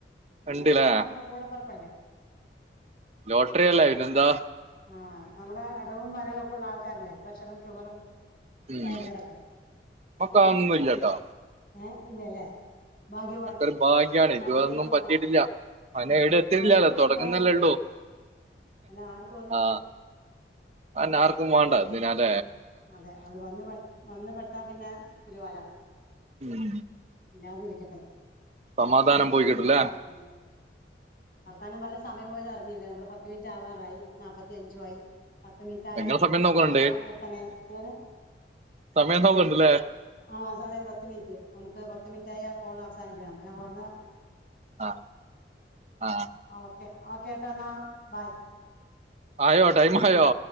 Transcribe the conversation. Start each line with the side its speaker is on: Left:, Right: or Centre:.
Left: ഇത്
Right: ഉണ്ടില്ലേ
Left: മൂന്നൊന്ന നമ്മുടെ കൂടെപ്പറപ്പല്ലേ
Right: ലോട്ടറി അല്ല ഇനെന്താ
Left: ആ നമ്മുടെ ഇടവും വലവും ഒക്കെ ഉള്ള ആൾക്കാരല്ലേ പ്രഷറും ഷുഗറും
Right: ഉം
Left: തൈറോയ്ഡൊക്കെ
Right: മക്ക അന്നുംല്ലട്ടോ
Left: ഏഹ് ഇല്ലല്ലേ ഭാഗ്യവാൻ
Right: അക്കൊരു ഭാഗ്യാണ്
Left: ഭാഗ്യവാന്മാരാ
Right: ഇതുവതൊന്നും പറ്റിട്ടില്ല അവന എട എത്തില്ലല്ലോ
Left: ആർക്കും ഒന്നും
Right: തുടങ്ങുന്നല്ലേള്ളോ
Left: ഇല്ലാതിരിക്കട്ടെ അല്ല ആർക്ക
Right: ആ ആന്ന ആർക്കും വേണ്ട നാല
Left: അതെ അത് വന്ന് പെ വന്ന പെട്ടാ പിന്നെ പുലിവാല
Right: ഉം
Left: ത <unintelligible>
Right: സമാധാനം പോയിക്കിട്ടില്ലേ
Left: ഉം വർത്താനം പറഞ്ഞഞ് സമയം പോയത് അറിഞ്ഞില്ലേ നമ്മുടെ പത്ത് മിനിറ്റ് ആവാറായി നാപ്പത്തിയഞ്ചു ആയി പത്ത് മിനിറ്റായ
Right: നിങ്ങള് സമയം നോക്കണുണ്ട്
Left: ഒത്തായ നിർധന എങ്ങനെ
Right: സമയം നോക്കണ്ടല്ലേ
Left: ആ സമയം പത്ത് മിനിറ്റ് നമുക്ക് പത്ത് മിനിറ്റയി കോള് അവസാനിപ്പാം ഞവിടുന്ന്
Right: ആ ആ
Left: ഓക്കെ ആ കേട്ടോ എന്നാ ബൈ
Right: ആയോ ടൈമ ആയോ